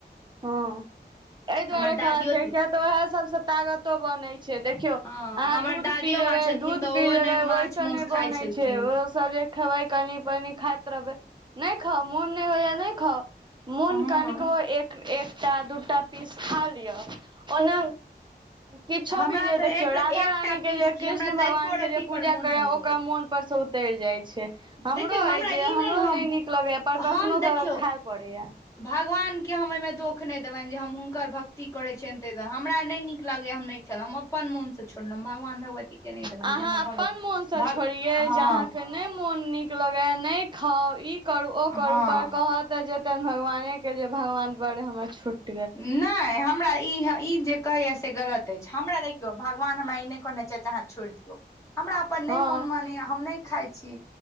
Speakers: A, on the right; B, on the left.
A: हँ एहि दुआरे
B: हमर
A: खबाक
B: दादियो
A: चाही किय तऽ उएह सबसँ तागतो बनै छै देखियौ
B: हँ
A: अहाँ
B: हमर
A: दूध
B: दादियो
A: पी लेबै
B: माँ छलखिन
A: दूध
B: तऽ
A: पी
B: ओहो
A: लेबै
B: नहि माछ
A: ओहिसँ
B: माउस
A: नहि बनै
B: खाइ छलखिन
A: छै ओ सब जे खेबै कनी पनी खाइत रहबै नहि खाउ मोन नहि होइया नहि खाउ मोन
B: हँ
A: कनिक ओ एक एकटा दूटा पीस खा लिअ ओना किछो
B: हमरा
A: भी जे
B: तऽ
A: देखियौ
B: एक एकटा
A: राधा रानीके
B: पीस
A: जे
B: की
A: कृष्ण
B: हमरा तऽ
A: भगवानके
B: एको रती
A: जे पूजा
B: पर मोन
A: करय
B: नहि जाइया
A: ओकर मोन ऊपर से उतरि जाय छै हमरो
B: देखियौ हमरा
A: अछि जे
B: ई
A: हमरो
B: हम
A: नहि नीक लगैया पर कखनो
B: हम देखियौ
A: खाय पड़ैया
B: भगवान के हम ओहिमे दोख नहि देबनि जे हम हुनकर भक्ति करैत छियनि ताहि हमरा नहि नीक लागैए हम नहि खेलहुँ हम अपन मोन से छोड़लू भगवान भगवती के नहि देबनि
A: अहाँ
B: जे हमरा
A: अपन
B: भगवान
A: मोनसँ छोड़ियै
B: हँ
A: जे अहाँके नहि मोन नीक लगेय नहि खाउ ई करु ओ करु
B: हँ
A: पर कहत तऽ जेतैनि भगवानेके जे भगवान दुआरे हमर छुट
B: नहि हमरा ई ई जे कहय यै से गलत अछि हमरा देखौ भगवान हमरा इ नहि कहने जतिन जे छोड़ दियौ हम अपन
A: हँ
B: मोन नहि मानय म <unintelligible> हम नहि खाय छी